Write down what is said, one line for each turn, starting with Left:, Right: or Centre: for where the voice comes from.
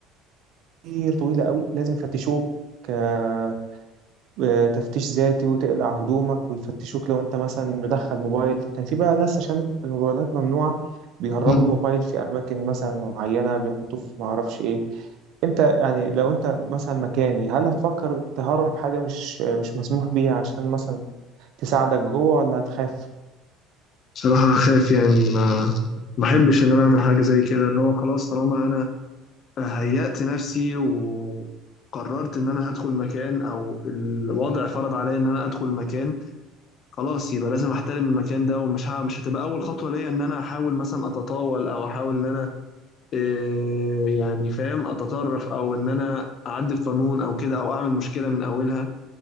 Right: كتير طويله قوي لازم يفتشوك آه، آه، تفتيش ذاتي وتقلع هدومك ويفتشوك لو انت مثلا مدخل موبايل كان في بقى ناس عشان الموبايلات ممنوعه بيهربوا
Left: مم.
Right: الموبايل في اماكن مثلا معينه بيحطوه في ما اعرفش ايه انت يعني لو انت مثلا مكاني هل هتفكر تهرب حاجه مش مش مسموح بيها عشان مثلا تساعدك جوه ولا هتخاف
Left: بصراحة أخاف يعني ما ما أحبش إن أنا أعمل حاجة زي كده إن هو خلاص طالما أنا هيأت نفسي وقررت إن أنا هدخل مكان أو الوضع فرض عليا إن أنا أدخل مكان خلاص يبقى لازم احترم المكان ده ومش ه- مش هتبقى اول خطوه ليا ان انا احاول مثلا اتطاول او احاول ان انا إيه يعني فاهم اتطرف او ان انا اعدي القانون او كده او اعمل مشكله من اولها